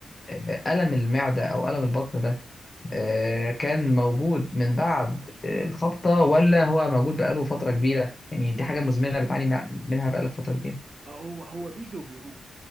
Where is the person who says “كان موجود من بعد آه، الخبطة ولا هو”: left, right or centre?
Left